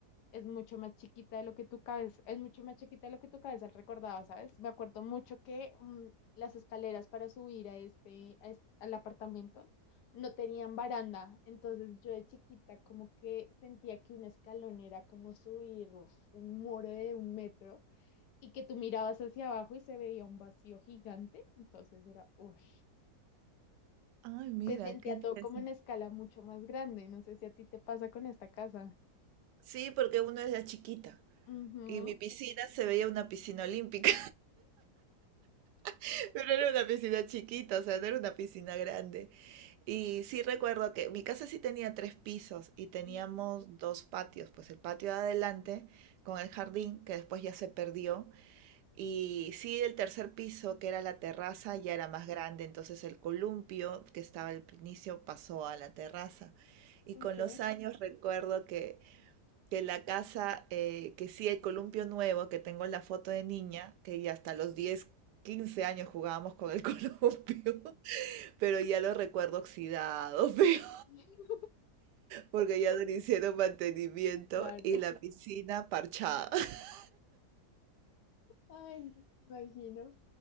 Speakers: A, on the left; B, on the right.
A: es mucho más chiquita de lo que tu cabeza, es mucho más chiquita de lo que tu cabeza recordaba, ¿sabes? Me acuerdo mucho que mm, las escaleras para subir a este, a es- al apartamento no tenían baranda. Entonces yo de chiquita como que sentía que un escalón era como subir uf, un muro de un metro y que tú mirabas hacia abajo y se veía un vacío gigante, entonces era, uff,
B: Ay, mira,
A: se sentía
B: qué interesante.
A: todo como en escala mucho más grande, no sé si a ti te pasa con esta casa.
B: Sí, porque uno era chiquita
A: Ujú,
B: y mi piscina se veía una piscina olímpica, <laughs> pero era una piscina chiquita, o sea, no era una piscina grande. Y sí recuerdo que mi casa sí tenía tres pisos y teníamos
A: ujú,
B: dos patios, pues el patio de adelante con el jardín, que después ya se perdió, Y sí, el tercer piso, que era la terraza, ya era más grande, entonces el columpio que estaba al inicio pasó a la terraza. Y
A: Ok,
B: con los años recuerdo que, que la casa, eh, que sí, el columpio nuevo, que tengo la foto de niña, que ya hasta los 10 15 años jugábamos con el <laughs> columpio, pero ya lo recuerdo oxidado, <laughs> feo,
A: <laughs>
B: porque ya no le hicieron mantenimiento
A: claro.
B: y la piscina parchada. <laughs>
A: Ay, no me imagino.